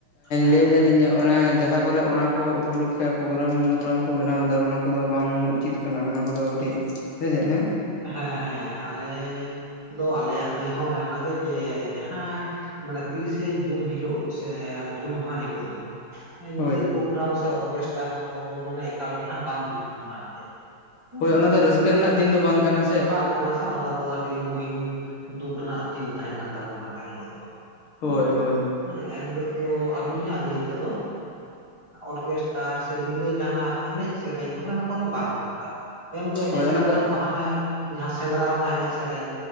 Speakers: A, on the right; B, on the left.
A: ᱦᱮᱸ
B: ᱞᱟᱹᱭ ᱫᱟᱹᱞᱤᱧ ᱧᱚᱜ ᱚᱱᱮ ᱡᱟᱦᱟᱸ ᱠᱚᱨᱮ ᱚᱱᱟ ᱠᱚ ᱩᱯᱚᱞᱚᱠᱠᱷᱮ ᱯᱨᱳᱜᱨᱟᱢ ᱢᱳᱜᱨᱟᱢ ᱠᱚ ᱵᱮᱱᱟᱣ ᱮᱫᱟ ᱚᱱᱟ ᱠᱚᱫᱚ ᱵᱟᱝ ᱩᱪᱤᱛ ᱠᱟᱱᱟ ᱚᱱᱟ ᱠᱚᱫᱚ ᱠᱟᱹᱴᱤᱡ ᱥᱮᱪᱮᱫ ᱦᱮᱸ
A: ᱦᱮᱸ ᱦᱮᱸ ᱟᱞᱮ ᱫᱚ ᱟᱞᱮᱭᱟᱜ ᱞᱟᱹᱭ ᱦᱚᱸ ᱚᱱᱮ ᱚᱱᱟᱜᱮ ᱡᱮ ᱡᱟᱦᱟᱸ ᱢᱟᱱᱮ ᱛᱤᱨᱤᱥᱮ ᱡᱩᱱ ᱦᱤᱞᱳᱜ ᱥᱮ ᱦᱩᱞ ᱢᱟᱦᱟ ᱦᱤᱞᱳᱜ ᱫᱚ ᱧᱤᱫᱟᱹ
B: ᱦᱳᱭ
A: ᱯᱨᱳᱜᱨᱟᱢ ᱥᱮ ᱚᱨᱜᱮᱥᱴᱟᱨ ᱠᱚᱫᱚ ᱢᱟᱱᱮ ᱮᱠᱟᱞ ᱜᱮ ᱦᱟᱸᱜ ᱵᱟᱝ ᱡᱩᱛᱩᱜ ᱠᱟᱱᱟ ᱟᱨ ᱪᱮᱫ ᱦᱩᱸ
B: ᱦᱳᱭ ᱚᱱᱟ ᱫᱚ ᱨᱟᱹᱥᱠᱟᱹ ᱨᱮᱱᱟᱜ ᱫᱤᱱ ᱫᱚ ᱵᱟᱝ ᱠᱟᱱᱟ ᱥᱮ
A: ᱵᱟᱝ ᱠᱟᱱᱟ ᱥᱮ ᱚᱱᱟ ᱫᱚ ᱟᱵᱚ ᱟᱹᱰᱤ ᱢᱩᱦᱤᱢ ᱫᱩᱠ ᱨᱮᱱᱟᱜ ᱫᱤᱱ ᱛᱟᱦᱮᱸ ᱠᱟᱱ ᱛᱟᱵᱚᱱᱟ ᱮᱱᱦᱤᱞᱳᱜ ᱫᱚ
B: ᱦᱳᱭ
A: ᱦᱮᱸ
B: ᱦᱳᱭ
A: ᱦᱮᱸ ᱮᱱᱦᱤᱞᱳᱜ ᱫᱚ ᱟᱹᱞᱤᱧᱟᱜ ᱞᱟᱹᱭ ᱛᱮᱫᱚ ᱚᱨᱜᱮᱥᱴᱟᱨ ᱥᱮ ᱧᱤᱫᱟᱹ ᱡᱟᱦᱟᱱᱟᱜ ᱮᱱᱮᱡ ᱥᱮᱨᱮᱧ ᱚᱱᱮ ᱚᱱᱟ ᱠᱚᱫᱚ ᱵᱟᱝ ᱫᱚᱨᱠᱟᱨ ᱮᱱ ᱦᱤᱞᱚᱜ ᱫᱚ ᱮᱱᱮᱡ
B: ᱦᱳᱭ
A: ᱥᱮᱨᱮᱧ
B: ᱚᱱᱟ
A: ᱠᱷᱟᱱ ᱫᱚ ᱦᱟᱱᱮ ᱡᱟᱦᱟᱸ ᱥᱮᱸᱫᱽᱨᱟ ᱨᱮᱱᱟᱜ ᱮᱱᱮᱡ ᱥᱮᱨᱮᱧ